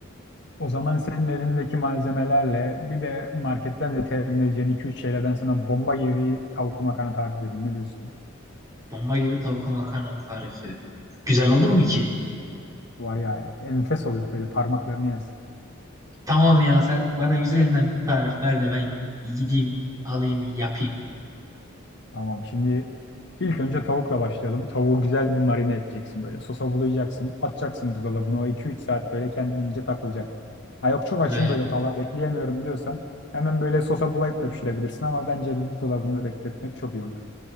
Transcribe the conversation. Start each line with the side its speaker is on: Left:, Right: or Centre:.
Left: O zaman senin evindeki malzemelerle bir de marketten de temin edeceğin 2-3 şeyle ben sana bomba gibi bir tavuklu makarna tarifi vereyim. Ne diyorsun?
Right: Bomba gibi tavuklu makarna tarifi. Güzel olur mu ki?
Left: Var ya enfes olur böyle parmaklarını yersin.
Right: Tamam ya sen bana güzelinden bir tarif ver de ben gideyim alayım yapayım.
Left: Tamam şimdi ilk önce tavukla başlayalım. Tavuğu güzel bir marine edeceksin böyle. Sosa bulayacaksın. Atacaksın buzdolabına. O 2-3 saat böyle kendince takılacak. Ha yok çok açım
Right: Ne?
Left: böyle tala bekleyemiyorum diyorsan hemen böyle sosa bulayıp da pişirebilirsin ama bence bir buzdolabında bekletmek çok iyi olur.